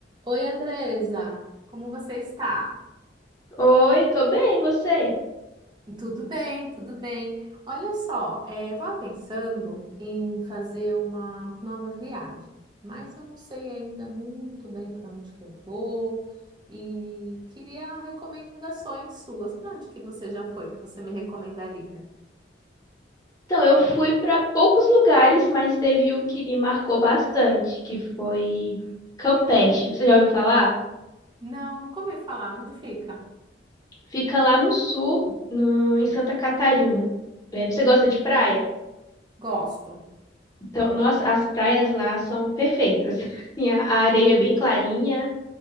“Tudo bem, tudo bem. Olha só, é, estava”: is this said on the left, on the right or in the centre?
Right